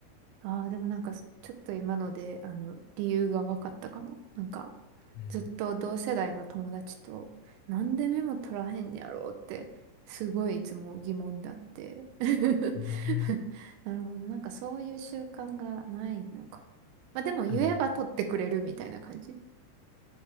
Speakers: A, on the right; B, on the left.
A: ああ、でもなんか、ちょっと今ので、あの、理由が分かったかも。なんか、
B: うん。
A: ずっと同世代の友達と、なんでメモ取らへんやろうって、すごいいつも疑問だって。<laughs>
B: うん。
A: なるほど。なんかそういう習慣がないのか。まあでも言えば取ってくれるみたいな感じ。
B: うん。